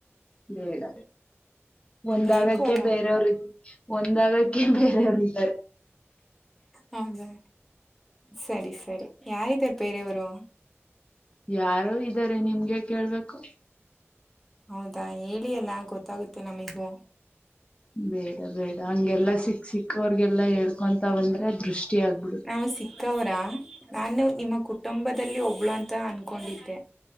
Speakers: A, on the left (about 25°); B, in the centre.
A: ಬೇಡ ಒಂದಾಗಕ್ಕೆ
B: ಬೇಕು ಅಲ್ಲ
A: ಬೇರೆಯವ್ರ ಒಂದಾಗಕ್ಕೆ ಬೇರೆಯವ್ರ ಇದ್ದಾರೆ
B: ಹೌದಾ ಸರಿ ಸರಿ ಯಾರ ಇದತಾರೆ ಪೇರೆವರು
A: ಯಾರು ಇದ್ದಾರೆ ನಿಮ್ಗೆ ಕೇಳ್ಬೇಕು
B: ಹೌದಾ ಹೇಳಿ ಅಲ್ಲ ಗೊತ್ತಾಗುತ್ತೆ ನಮಿಗೂ
A: ಬೇಡ ಬೇಡ ಹಂಗೆಲ್ಲಾ ಸಿಕ್ಸ ಸಿಕ್ಕೋರ್ಗೆಲ್ಲಾ ಹೇಳ್ಕೊಂತ ಬಂದ್ರೆ ದೃಷ್ಟಿ ಆಗ್ಬಿಡು
B: ನಾವು ಸಿಕ್ಕವ್ರಾ ನಾನು ನಿಮ್ಮ ಕುಟುಂಬದಲ್ಲಿ ಒಬ್ಳು ಅಂತ ಅನ್ಕೊಂಡಿದ್ದೆ